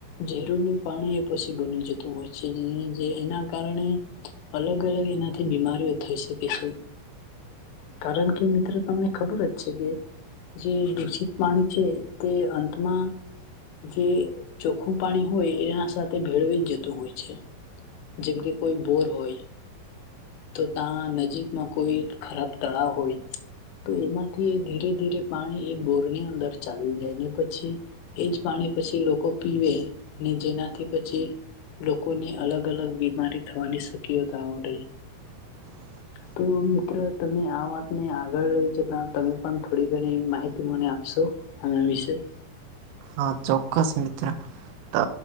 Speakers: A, on the left; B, on the right.
A: ઝેરનું પાણી એ પછી બની જતું હોય છે, જે એના કારણે અલગ-અલગ એનાથી બીમારીઓ થઈ શકે છે. કારણ કે મિત્રો તમને ખબર જ છે કે જે દૂષિત પાણી છે, તે અંતમાં જે ચોખ્ખું પાણી હોય, એના સાથે ભેળવી જ જતું હોય છે. જેમ કે કોઈ બોર હોય. તો ત્યાં નજીકમાં કોઈ ખરાબ તળાવ હોય. તો એમાંથી ધીરે-ધીરે પાણી એ બોર ની અંદર ચાલ્યું જાય ને, પછી એજ પાણી પછી લોકો પીવે ને, જેનાથી પછી લોકો ને, અલગ-અલગ બીમારી થવાની શક્યતાઓ રહે.
B: હ.
A: તો મિત્ર, તમે આ વાતને આગળ લઈ જતા, તમે પણ થોડી ઘણી માહિતી મને આપશો? આના વિશે.
B: હા, ચોક્કસ મિત્ર. તો